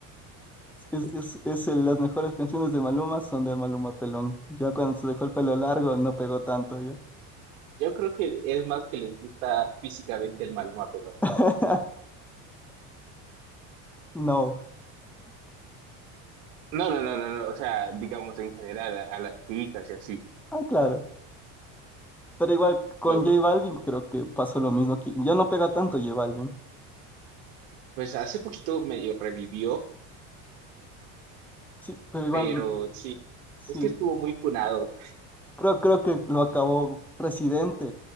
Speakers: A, in the centre; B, on the right.
A: Es, es, es el- las mejores canciones de Maluma son de Maluma Pelón. Ya cuando se dejó el pelo largo no pegó tanto, ya.
B: Yo creo que es más que les gusta físicamente el Maluma Pelón.
A: <laughs> No.
B: No, no, no, no, no. O sea, digamos en general a, a las chicas y así.
A: Ah, claro. Pero igual con
B: Lo,
A: J Balvin creo que pasó lo mismo aquí. Ya no pega tanto J Balvin.
B: pues hace poquito medio revivió,
A: Sí, pero igual,
B: pero
A: mm,
B: sí,
A: sí.
B: es que estuvo muy punado.
A: Creo, creo que lo acabó Residente.